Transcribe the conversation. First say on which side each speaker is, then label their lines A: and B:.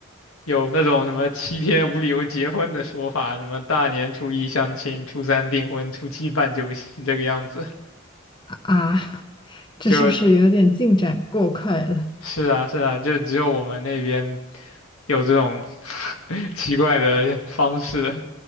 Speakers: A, on the left; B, on the left.
A: 有那种什么七天无理由结婚的说法，什么大年初一相亲，初三订婚，初七办酒席这个样子。
B: 啊？啊这是不是有点进展过快了？
A: 就是啊，是啊，就只有我们那边有这种 <laughs> 奇怪的方式，